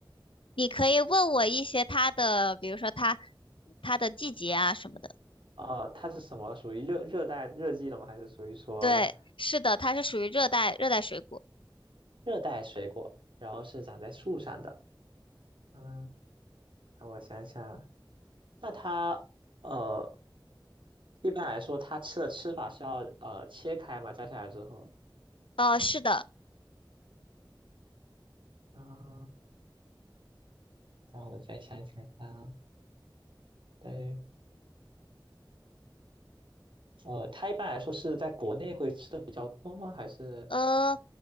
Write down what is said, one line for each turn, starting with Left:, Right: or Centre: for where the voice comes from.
Left: 你可以问我一些它的，比如说它它的季节啊什么的。
Right: 呃，它是什么属于热热带热季的吗？还是属于说
Left: 对，是的，它是属于热带热带水果。
Right: 热带水果？然后是长在树上的。嗯，让我想想，那它呃，一般来说它吃的吃法是要呃切开嘛，摘下来之后。
Left: 呃，是的，
Right: 啊，那我再想想看啊对，呃，它一般来说是在国内会吃的比较多吗？还是
Left: 呃，